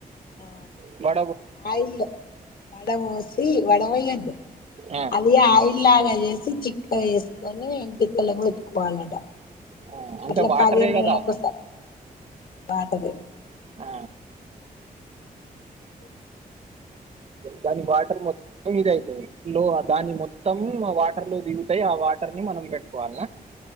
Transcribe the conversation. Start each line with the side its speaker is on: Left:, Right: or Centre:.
Left: ఆ
Right: మ
Left: ఆయిల్ వడవోసి వడఓయ్యద్దు
Right: ఆ,
Left: అది ఆయిల్ ఆగా చిక్కగ వేసుకొని ఎంటికలకు పెట్టుకోవాలంట
Right: ఆ, అంటే
Left: అట్ల
Right: వాటరే
Left: పదిహేను రోజుల
Right: కదా
Left: కోసం బాంటది
Right: ఆ. దాని వాటర్ మొత్తం ఇద అయితైలో దాన్ని మొత్తం వాటర్లో దిగుతయ్ ఆ వాటర్ ని మనం పెట్టుకోవాలనా